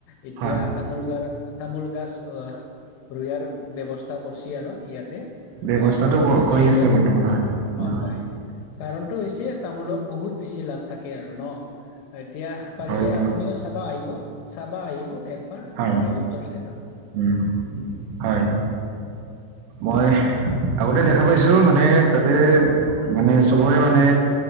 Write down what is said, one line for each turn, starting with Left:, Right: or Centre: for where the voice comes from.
Left: এতিয়া
Right: হয়
Left: তামোল গাৰ তামোল গাছ আহ ৰুয়াৰ ব্যৱস্থা কৰচে আৰু ইয়াতে
Right: ব্যৱস্থাটো
Left: আ কাৰণটো
Right: কৰি
Left: হৈছে
Right: আছে বৰ্তমান হয় উম
Left: অ হয় কাৰণটো হৈছে তামোলৰ বহুত বেছি লাভ থাকে আৰু ন এতিয়াহ পাৰিলে
Right: হয় বহুত
Left: কিয় চাবা আহিব চাবা আহিব একবাৰ
Right: হয়
Left: আমাৰ উত্তৰ চাইডত
Right: উম হয় মইহ আগতে দেখা পাইছো মানে তাতে মানে চবৰে মানে